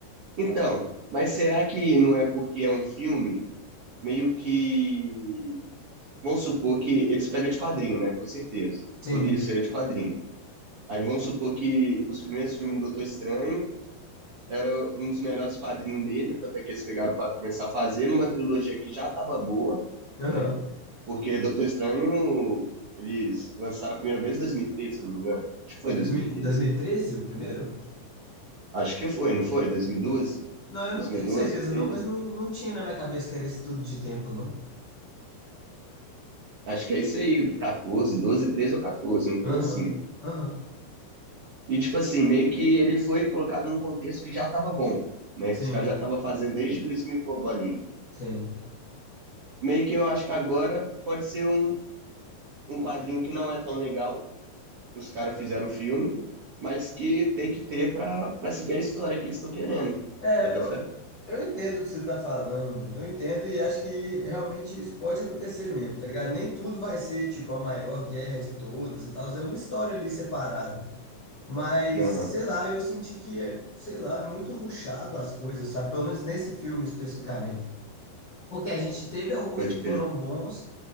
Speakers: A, on the right; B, on the left.
A: Então, mas será que não é porque é um filme meio que Vamos supor que eles pegam de quadrinho, né? Com certeza.
B: Sim.
A: Tudo isso aí é de quadrinho. Aí vamos supor que os primeiros filmes do Doutor Estranho era um dos melhores quadrinhos dele, até que eles pegaram para começar a fazer numa trilogia que já estava boa,
B: Aham.
A: né? Porque Doutor Estranho eles lançaram a primeira vez em 2013, se eu não me engano. Acho que foi
B: dois
A: 2013.
B: mil dois mil e treze, o primeiro?
A: Acho que foi, não foi? 2012?
B: Não, eu
A: 2012,
B: não tenho certeza
A: 13?
B: não, mas não, não tinha na minha cabeça que era esse tudo de tempo, não.
A: Acho que é isso aí, 14, 12, 13 ou 14, um trem
B: Aham,
A: assim.
B: aham.
A: E, tipo assim, meio que ele foi colocado num contexto que já tava bom, né?
B: Sim,
A: Que os caras já estavam fazendo desde 2000 por bolinha.
B: sim.
A: Meio que eu acho que agora pode ser um, um quadrinho que não é tão legal, que os caras fizeram o filme, mas que tem que ter pra, pra seguir a história que eles estão querendo.
B: É,
A: Bota
B: eu,
A: fé?
B: eu entendo o que você tá falando, mano. Eu entendo e acho que realmente isso pode acontecer mesmo, tá ligado? Nem tudo vai ser, tipo, a maior guerra de todas e tal. É uma história ali separada. Mas,
A: Aham,
B: sei lá, eu senti que, é, sei lá, é muito rushado as coisas, sabe? Pelo menos nesse filme especificamente. Porque a gente teve alguns
A: pode
B: que foram
A: crer.
B: bons,